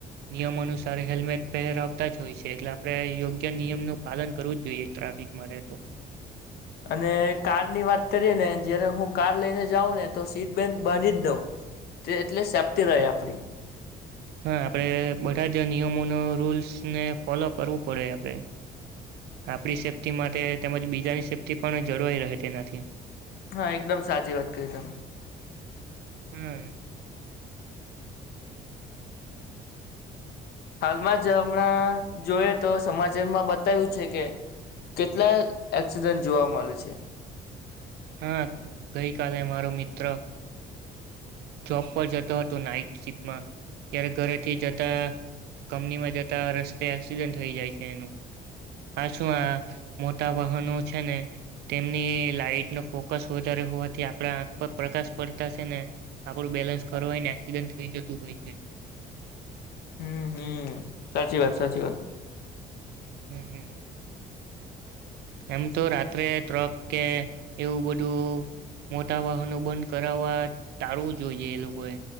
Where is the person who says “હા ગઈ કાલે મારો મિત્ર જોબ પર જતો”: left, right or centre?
Right